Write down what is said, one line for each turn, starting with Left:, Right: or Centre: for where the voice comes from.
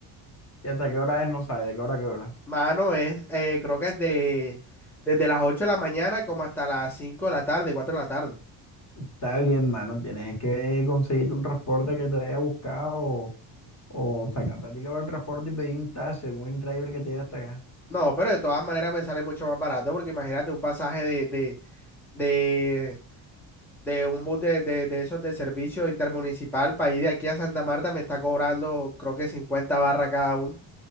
Left: ¿Y hasta qué hora es? No sabes, ¿de qué hora a qué hora?
Centre: Mano, es, eh, creo que es de, desde las 8 de la mañana como hasta las 5 de la tarde, 4 de la tarde.
Left: Está bien, mano, tienes que conseguirte un transporte que te haya buscado o sacar plática para el transporte y pedir un taxi, un driver que te lleve hasta acá.
Centre: No, pero de todas maneras me sale mucho más barato porque imagínate un pasaje de, de, de, de un bus de, de, de esos de servicio intermunicipal para ir de aquí a Santa Marta me está cobrando creo que 50 barras cada uno.